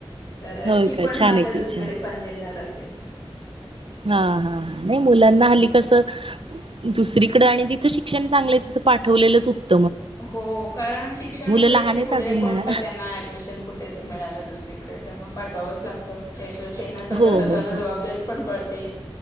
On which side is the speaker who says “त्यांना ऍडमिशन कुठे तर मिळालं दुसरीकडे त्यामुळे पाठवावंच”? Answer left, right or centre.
Left